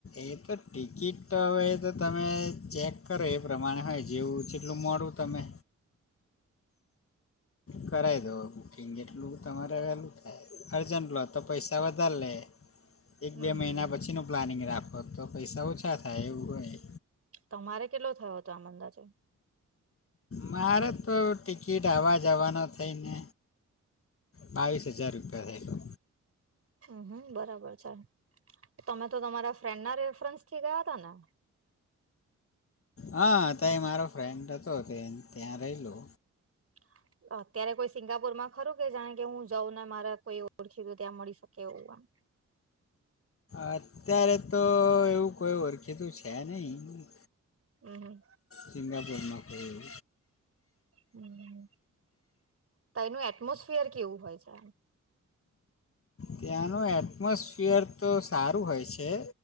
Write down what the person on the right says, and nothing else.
હમ
હમ
તમારે કેટલો થયો હતો આમ અંદાજે?
હમ્મ હમ્મ બરાબર છે, તમે તો તમારા ફ્રેન્ડના રેફરન્સથી ગયા હતા ને?
<inaudible> અત્યારે કોઈ સિંગાપુરમાં ખરું કે જાણે કે હું જાઉં ને મારા કોઈ ઓળખીતું ત્યાં મળી શકે એવું એમ?
હમ્મ હમ્મ.
હમ્મ, તઈનું એટમોસફિયર કેવું હોય છે?